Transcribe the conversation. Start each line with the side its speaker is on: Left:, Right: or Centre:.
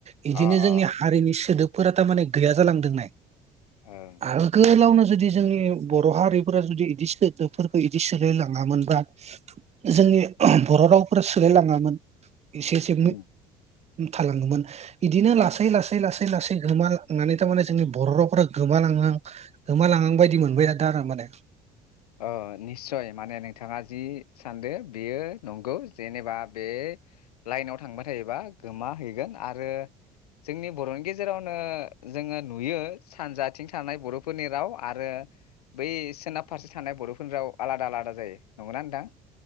Right: बिदिनो
Left: अ
Right: जोंनि
Left: अ
Right: हारिनि सोदोब। फोरा थारमाने गैया जालांदों नाय।
Left: ओं
Right: आरो गोलावनो जुदि जोंनि बर' हारिफोरा जुदि इदि सोदोबफोरखौ इदि सोलाय लाङामोनबा जोंनि बर' रावफोरा सोलाय लाङामोन मोन एसे एसे
Left: उम
Right: थालांगौमोन इदिनो लासै लासै लासै लासै गोमालांनानै थारमाने जोंनि बर' रावफोरा गोमालाहां गोमालाहां बायदि मोनबाय दा आरो माने
Left: अ निस्सय माने नोंथाङा जि सानदो बेयो नंगौ जेनेबा बे लाइनाव थांबाय थायोबा गोमा हैैगोन आरो जोंनि बर'नि गेजेरावनो जोङो नुयो सानजाथिं थानाय बर'फोरनि राव आरो बै सोनाब फारसे थानाय बर'फोरनि आलादा आलादा जायो नंगोना नोंथां?